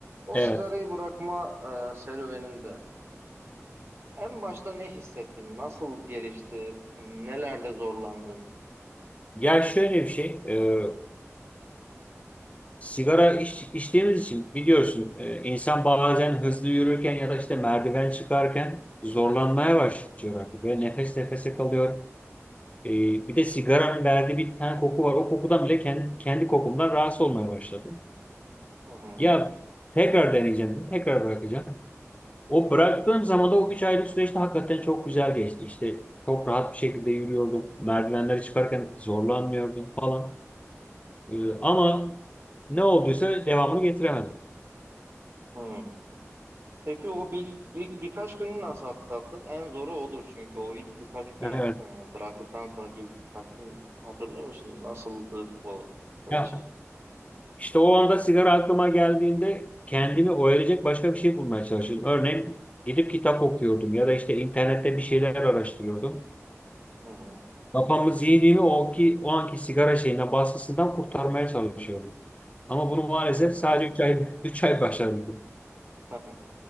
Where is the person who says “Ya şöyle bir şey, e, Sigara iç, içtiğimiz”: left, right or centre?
Left